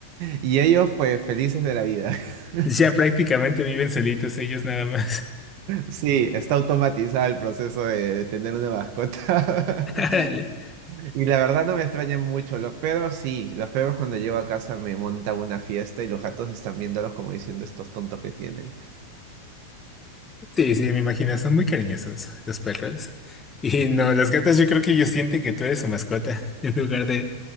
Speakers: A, on the right; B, on the left.
A: y ellos pues felices de la vida. <laughs>
B: Ya prácticamente viven solitos ellos nada más.
A: Sí, está automatizado el proceso de tener una mascota.
B: <laughs>
A: <laughs>
B: Órale.
A: Y la verdad no me extrañan mucho. Los perros sí. Los perros cuando llego a casa me montan una fiesta y los gatos están viéndolos como diciendo estos tontos que tienen.
B: Sí, sí, me imagino, son muy cariñosos los perros. Y no, los gatos yo creo que ellos sienten que tú eres su mascota <laughs> en lugar de